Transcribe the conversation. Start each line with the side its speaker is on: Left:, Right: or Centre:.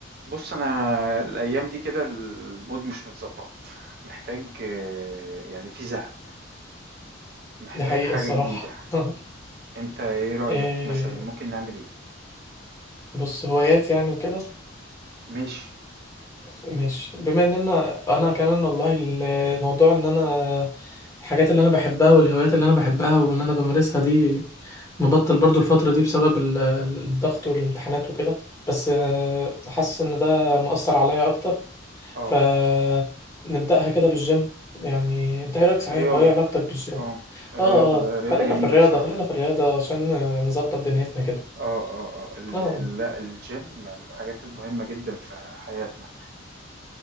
Right: بص انا الايام دي كده المود مش متظبط محتاج آه، يعني في زهق محتاج
Left: دي حقيقة
Right: حاجة
Left: الصراحة
Right: جديدة
Left: <laughs>
Right: انت ايه رأيك
Left: إيه،
Right: مثلا ممكن نعمل ايه
Left: بص هوايات يعني وكده
Right: ماشي
Left: ماشي بما ان انا انا كمان والله الموضوع ان انا الحاجات اللي انا بحبها والهوايات اللي انا بحبها وان انا بمارسها دي مبطل برضو الفترة دي بسبب ال- الضغط والامتحانات وكده بس آه، حاسس ان ده مؤثر عليا اكتر
Right: اه
Left: فنبدأها كده بالجيم يعني انت ايه رأيك صحيح
Right: الرياضة
Left: هو ايه علاقتك بالجيم
Right: اه الرياضة
Left: اه اه
Right: لا الرياضة
Left: خلينا
Right: جميلة
Left: في الرياضة
Right: بصراحة
Left: خلينا في الرياضة عشان آه، نظبط دنيتنا كده
Right: اه اه اه ال-
Left: اه
Right: ال- لا الجيم من الحاجات المهمة جدا في حياتنا